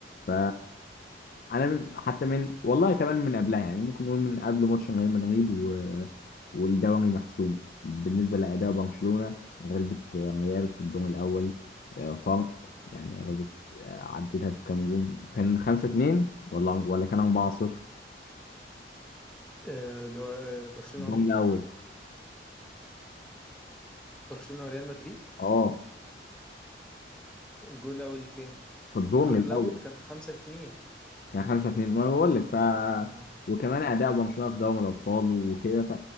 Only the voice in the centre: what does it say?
أه، اللي هو أه، برشلونة
ومين
برشلونة وريال مدريد
الجول الاول اللي فين
الدور
الاول كان 5 2
اه